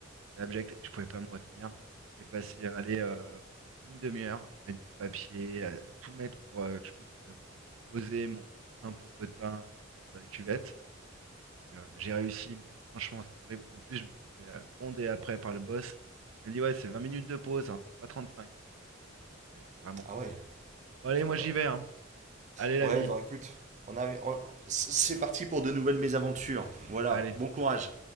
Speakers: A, on the right (about 80°); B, on the right (about 35°).
A: c'était abject et je pouvais pas me retenir. J'ai passé à aller euh, une demi-heure à mettre du papier, à, à tout mettre pour euh, que je puisse euh, poser mon sein popotin euh, sur la cuvette. Euh, j'ai réussi, mais franchement, c'était horrible. En plus, je me suis fait euh, gronder après par le boss. Il m'a dit, ouais, c'est 20 minutes de pause, hein, c'est pas trente cinq J'étais vraiment
B: Ah ouais.
A: content. Bon, allez, moi
B: voilà.
A: j'y vais, hein. Allez,
B: Ouais,
A: l'ami.
B: bah écoute, on a, on- c'est parti pour de nouvelles mésaventures. Voilà,
A: Allez.
B: bon courage.